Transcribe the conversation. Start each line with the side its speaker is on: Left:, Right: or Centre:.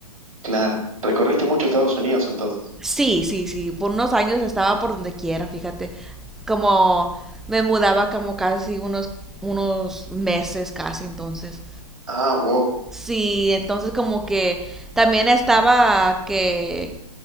Right: Claro. Recorriste mucho Estados Unidos entonces.
Centre: Sí, sí, sí, por unos años estaba por donde quiera, fíjate, como me mudaba como casi unos, unos meses casi entonces.
Right: Ah, wow.
Centre: Sí, entonces como que también estaba que